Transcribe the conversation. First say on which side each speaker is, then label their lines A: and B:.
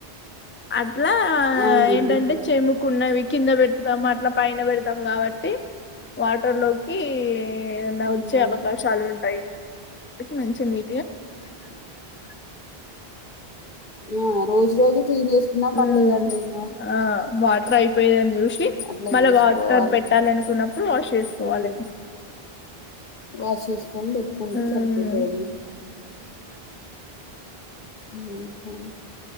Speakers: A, on the left (about 15°); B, on the left (about 55°).
A: అట్లా
B: అవునండి
A: ఏంటంటే చెంబుకున్నవి కింద పెట్టుతము అట్లా పైన పెడతాం గాబట్టి వాటర్ లోకి ఏదన్న
B: ఉమ్,
A: వచ్చే అవకాశాలు ఉన్ మంచిగుంది
B: టయ్ గాబట్టి ఎప్ ఆ రోజు రోజు క్లీన్ జేసుకున్నా
A: మ్మ్
B: పర్లేదండి ఇంగ
A: ఆ వాటర్ అయిపోయ్యాయన్ జూస్ కి
B: అట్లా
A: మళ్ళ
B: చేసుకోవాలి
A: వాటర్ పెట్టాలనుకున్నప్పుడు వాష్ చేసుకోవాలి
B: ఉమ్, వాష్ చేసుకొని పెట్టుకుంటే
A: మ్మ్
B: సరిపోతదండి ఉమ్,